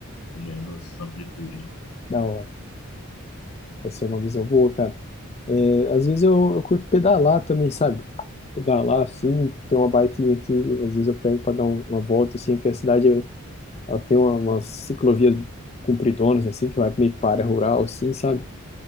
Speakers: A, on the left (about 80°); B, on the left (about 30°).
A: com menos amplitude.
B: Da hora. Essa é uma visão boa, cara. É, às vezes eu, eu curto pedalar também, sabe? Pedalar, assim, tem uma biquinha aqui, às vezes eu pego para dar um- uma volta, assim, que a cidade, ela tem uma, umas ciclovias compridonas, assim, que vai meio que para a área rural, assim, sabe?